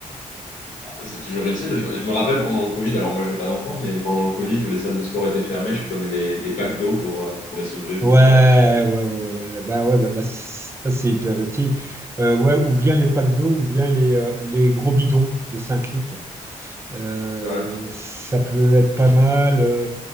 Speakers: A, on the left; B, on the right.
A: C'est toujours utile. Je, je me rappelle pendant le Covid, alors moi, j'ai pas d'enfant, mais pendant le Covid où les salles de sport étaient fermées, je prenais des, des packs d'eau pour, euh, pour les soulever,
B: Ouais,
A: pour me faire un petit peu des...
B: ouais, ouais, ouais. Bah ouais, bah, bah, c'est- ça c'est hyper utile. Euh, ouais, ou bien les packs d'eau, ou bien les, euh, les gros bidons de 5 litres, là. Euh,
A: Ouais.
B: ça peut être pas mal euh,